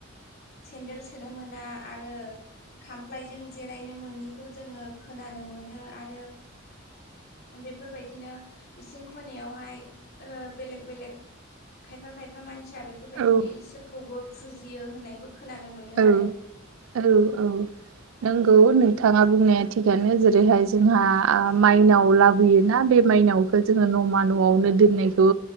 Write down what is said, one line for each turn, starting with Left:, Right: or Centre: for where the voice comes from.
Left: सेन्देल सोनो मोना आरो खामफ्लायजों जिरायनो मोननिखौबो जोङो खोनानो मोनो आरो। बेफोरबायदिनो इसिं खनायावहाय ओ बेलेग बेलेक खायफा खायफा मानसिया बेफोरबायदिनो
Right: औ
Left: इसोरखौबो फुजियो होननायबो खोनानो मोनो
Right: औ
Left: आरो
Right: औ औ नंगौ नोंथाङाबो। बुंनाया थिगानो जेरैहाय जोंहा माइनाव लाबोयोना बे माइनावखौ जोङो न'मा न' न'आवनो दोननायखौ